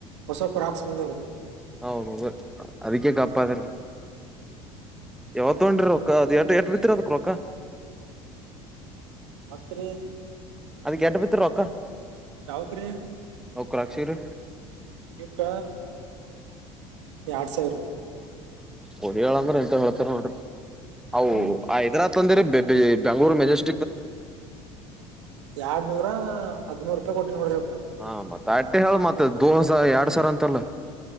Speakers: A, on the right; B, in the centre.
A: ಹೊಸ ಕ್ರಾಕ್ಸ್ ಬಂದವ್ರಿ
B: ಹೌದು ಅದಕ್ಕೆ
A: ಹ್ಮ್
B: ಕಪ್ಪದ ಯತ್ತು ತೊಡ್ರ ರ ಅದು ಎ ಎ ಎತ್ರದು ಕೊಕ್ಕ
A: ಮತ್ರಿ
B: ಅದ ಎಂಟ ಬಿತ್ರ ರೊಕ್ಕ
A: ಯಾವಕ್ರೀ
B: ಅವ್ ಕ್ರಾಕ್ಷಿರಿ
A: ಇವಕ್ಕ ಎರಡ್ ಸಾವಿರ
B: ಪೋಡಿಯಾಲ್ ಹೆಂತವ್ ಹೇಳ್ತಾರ ನೋಡಿ ಅವು
A: ಹ್ಮ್
B: ಯೆದ್ರ ತೊಂದರೆ ಬೇಬಿ ಬೆಂಗಳುರ ಮಜೆಸ್
A: ಎರಡ್ನೂರ ಹದ್ಮೂರು ರೂಪಾಯಿ ಕೊಟ್ಟ ನೋಡ್ರಿ ಸ್ವಲ್ಪ
B: ಹಾ ಮತ್ತ ಅಟ್ಟೆ ಹೇಳ ಮತ್ತ ದೋ ಎರಡ್ ಸಾವಿ ಅಂತಲ್ಲ